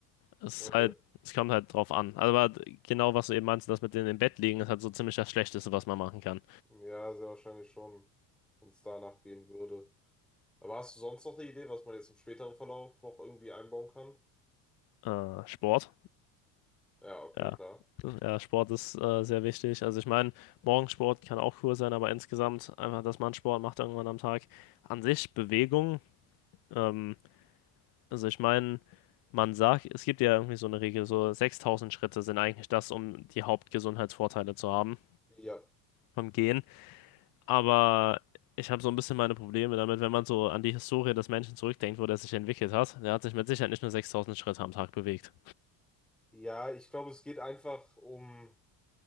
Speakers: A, on the left (about 50°); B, in the centre.
A: Es
B: Okay,
A: ist halt, es kommt halt drauf an. Also, Aber genau, was du eben meinst, das mit in dem Bett liegen, ist halt so ziemlich das Schlechteste, was man machen kann.
B: ja, sehr wahrscheinlich schon, wenn es danach gehen würde. Aber hast du sonst noch eine Idee, was man jetzt im späteren Verlauf noch irgendwie einbauen kann?
A: Äh, Sport.
B: Ja, okay,
A: Ja,
B: klar.
A: ja, Sport ist äh, sehr wichtig. Also ich meine, Morgensport kann auch cool sein, aber insgesamt einfach, dass man Sport macht irgendwann am Tag. An sich Bewegung. Ähm, also ich meine, man sagt, es gibt ja irgendwie so eine Regel, so 6000 Schritte sind eigentlich das, um die Hauptgesundheitsvorteile zu haben
B: Ja,
A: vom Gehen. Aber ich habe so ein bisschen meine Probleme damit, wenn man so an die Historie des Menschen zurückdenkt, wo der sich entwickelt hat. Der hat sich mit Sicherheit nicht nur 6000 Schritte am Tag bewegt.
B: ja, ich glaube, es geht einfach um.